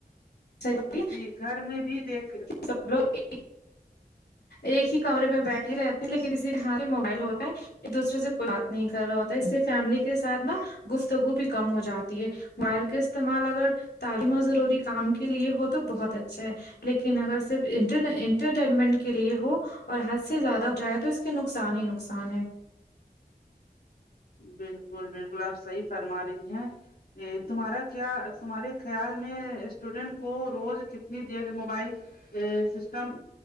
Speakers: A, on the left; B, on the left.
A: ب <unintelligible>
B: جی گھر میں بھی دیکھ
A: س لوگ ایک ہی کمرے میں بیٹھے رہتےے لیکن اسی یہاںار سے موبائل ہوتا ہے ایک دوسرے سے کوئی بات نہیں کر رہا ہوتا ہے اس سے فیملی کے ساتھ نا گفتگو بھی کم ہو جاتی ہے موبائل کا استعمال اگر تعلیم و ضروری کام کے لیے ہو تو بہت اچھا ہے لیکن اگر صرف انٹرٹینمنٹ کے لیے ہو اور حد سے زیادہ ہو جائے تو اس کہ نقصان ہی نقصان ہے
B: بالکل بالکل آپ صحیح فرما رہی ہیں ا تمہارا کیا تمہارے خیال میں اسٹوڈینٹ کو روز کتنی دیر موبائل ا سسٹم